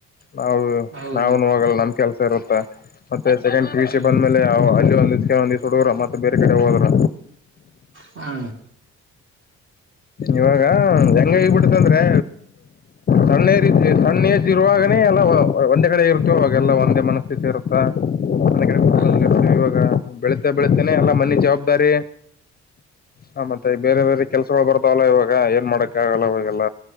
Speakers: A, on the left; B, on the right.
A: ನಾವು
B: ಹೌದೌದು
A: ನಾವ್ನು ಹೋಗಲ್ಲ ನಮ್ ಕೆಲ್ಸ ಇರುತ್ತ ಮತ್ತೆ ಸೆಕೆಂಡ್ ಪಿಯುಸಿ
B: ಹ್ಮ್
A: ಬಂದ್ಮೇಲೆ ಅಲ್ಲಿ ಹುಡುಗ್ರ ಮತ್ತೆ ಬೇರೆ ಕಡೆ ಹೋಗಲ್ರ
B: ಹಾ
A: ಇವಾಗ ಹೆಂಗ ಹಬಿಡ್ತಂದ್ರೆ ಸಣ್ಣತಿ ಸಣ್ಣಸ ಇರುವಾಗನೇ ಎಲ್ಲ ಒಂದೇ ಕಡೆ ಇರುತ್ತೋ ಅವಾಗೆಲ್ಲ ಒಂದೇ ಮನಸ್ಥಿತಿ ಇರುತ್ತಾ ಮನೆ
B: ಹೌದ
A: ಇವಾಗ ಬೆಳಿತ ಬೆಳತೇನೆ ಎಲ್ಲ ಮನೆ ಜವಾಬ್ದಾರಿ ಹ ಮತ್ತೆ ಬೇರೆ ಬೇರೆ ಕೆಲ್ಸಗಳು ಬರ್ತಾವಲ್ಲ ಇವಾಗ ಏನ್ ಮಾಡಕ್ ಈಾಗಲ್ಲ ಅವಾಗಲ್ಲ